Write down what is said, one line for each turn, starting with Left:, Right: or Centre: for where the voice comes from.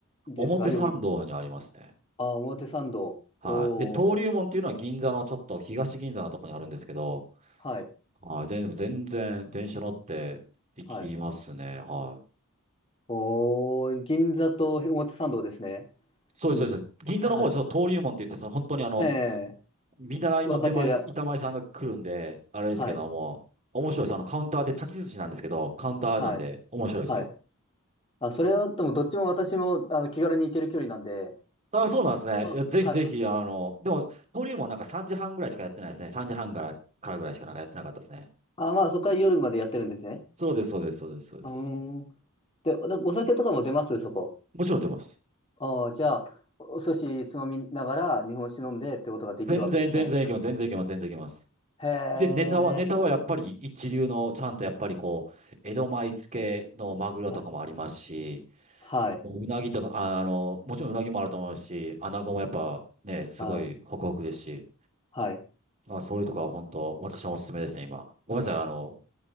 Left: ですかよく
Right: 表参道にありますね。
Left: あああ、表参道。
Right: はい。
Left: おー。
Right: で、登竜門っていうのは銀座のちょっと東銀座のとこにあるんですけど、
Left: はい。
Right: はい。で、でも全然電車乗って行きますね。
Left: はい。
Right: はい。
Left: おー、銀座と表参道ですね。
Right: そうです、
Left: うん。
Right: そうです。銀座の方はちょっと登竜門って言って、
Left: はい。
Right: その本当にあの、
Left: ええ、
Right: 見習いの出前さ、
Left: 若手だ。
Right: 板前さんが来るんで、あれですけども、
Left: はい。
Right: 面白いです。あの、カウンターで、立ち寿司なんですけど、カウンターなんで、
Left: はい。
Right: 面白いですよ。
Left: はい。あ、それは、でも、どっちも私も、あの、気軽に行ける距離なんで、
Right: あ、そうなんですね。
Left: あ、
Right: いや、ぜひぜひ、
Left: はい。
Right: あの、でも、登竜門なんか3時半ぐらいしかやってないですね。3時半から、からぐらいしかなんかやってなかったですね。
Left: あ、まあ、そこから夜までやってるんですね。
Right: そうです、そうです、そうです、そうです。
Left: うーん。で、おお酒とかも出ますそこ。
Right: もちろん出ます。
Left: ああ、じゃあ、おお寿司つまみながら日本酒飲んでってことができるわけですね。
Right: 全然、全然いけます、全然いけます、全然いけます。
Left: へえ。
Right: で、ネタは、ネタはやっぱり一流の、ちゃんとやっぱりこう、江戸前漬けのマグロとかもありますし、
Left: はい。はい。
Right: もううなぎとか、あ、あの、もちろんうなぎもあると思うし、穴子もやっぱね、すごいホクホクですし、
Left: はい。はい。
Right: まあ、そういうとこは本当、私のおすすめですね、今。ごめんなさい、あの、